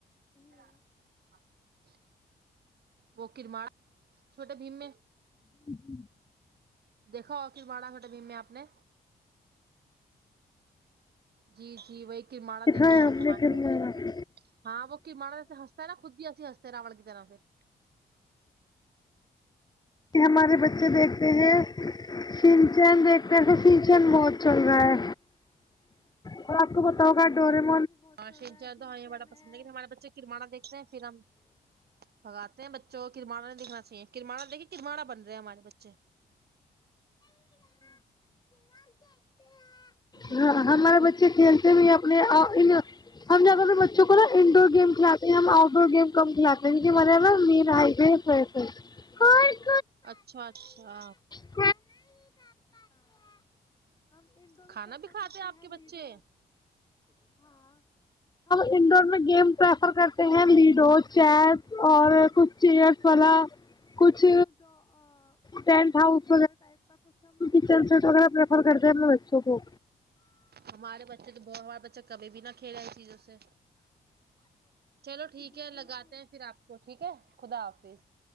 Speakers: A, on the right (about 70°); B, on the left (about 25°).
A: <inaudible> وہ کرماڑ چھوٹے بھیم میں
B: <inaudible>
A: دیکھو آخھر باڑہ کھٹے بی میں آپ نے جی جی وہی کررمڑا
B: دکھائے
A: دیکتے ہیں
B: ہم
A: بس ہمارے
B: نے فلمیں
A: بچوں کو ہاں وہ کررمانایسے ہنستا ہے نا خود بھی ایسی ہنستا <inaudible>
B: کہ ہمارے بچے دیکھتے ہیں سلچین دیکھتے تو سنچین بہت چل رہا ہے اور آپ کو پتا ہوگا ڈورے میں <inaudible>
A: ہاں ش جان تو ہمیں بڑا پسند ہے ہمارے بچے کرمانا دیکھتے ہیں پھر ہم پگاتے ہیں بچوں کرمڑا نہیں دکھنا چاہیے کررمانا دیکھیے کرماڑا بن رہے ہیں ہمارے بچے جی
B: ہاں
A: جی
B: ہمارے بچے کھیلتے بھی اپنے آپ <inaudible> ہم زیادہ تر بچوں کو نا انڈور گیم کھلے ہیں ہم آؤٹ ڈور گیم ک لتا مرے میںا <inaudible> <inaudible>
A: اچھا اچھا
B: <inaudible> <inaudible>
A: کھانا بھی کھاتے ہیں آپ کے بچے
B: انڈور میں گیم پریفر کرتے ہیں لیڈو چیپ اور کچھ چیئرس والا کچھ ٹینٹ ہاؤس تو پرریفر کرتے ہیں اپنے بچوں کو
A: ہمارے بچے تو بت ہمارا بچہ کبھی بھی نہ کھیلاے ہے اس چیزوں سے چلو ٹھیک ہے لگاتے ہیں پھر آپ کو ٹھیک ہے خداف